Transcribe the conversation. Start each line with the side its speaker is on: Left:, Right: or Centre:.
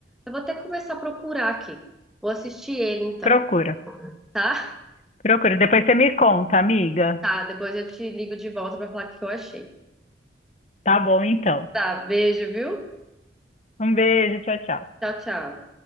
Centre: eu vou até começar a procurar aqui. Vou assistir ele então,
Left: Procura,
Centre: tá?
Left: procura. Depois você me conta, amiga.
Centre: Tá, depois eu te ligo de volta pra falar o que eu achei.
Left: Tá bom, então.
Centre: Tá, beijo, viu?
Left: Um beijo, tchau, tchau.
Centre: Tchau, tchau.